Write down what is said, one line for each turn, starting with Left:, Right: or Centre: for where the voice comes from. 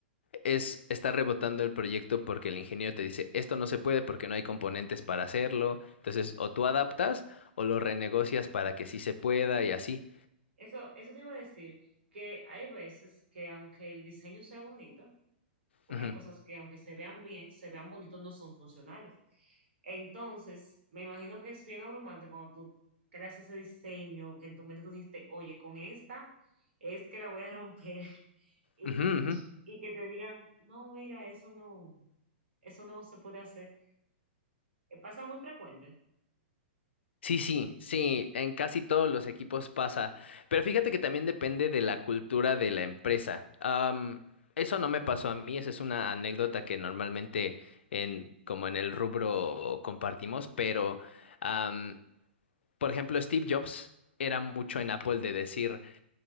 Left: es, está rebotando el proyecto porque el ingeniero te dice, esto no se puede porque no hay componentes para hacerlo. Entonces, o tú adaptas o lo renegocias para que sí se pueda y así.
Right: Eso, eso te iba a decir, que hay veces que aunque el diseño sea bonito, pues
Left: Ujú,
Right: hay cosas que aunque se vean bien, se vean bonitos, no son funcionales. Entonces, me imagino que es bien abrumante cuando tú creas ese diseño, que en tu mente tú dijiste, oye, con esta es que la voy a romper <laughs> y,
Left: ujú, ujú.
Right: y que te digan, no, mira, eso no, eso no se puede hacer. Eh, Pasa muy frecuente.
Left: Sí, sí, sí, en casi todos los equipos pasa, pero fíjate que también depende de la cultura de la empresa. Am, eso no me pasó a mí, esa es una anécdota que normalmente en como en el rubro compartimos, pero am, por ejemplo, Steve Jobs era mucho en Apple de decir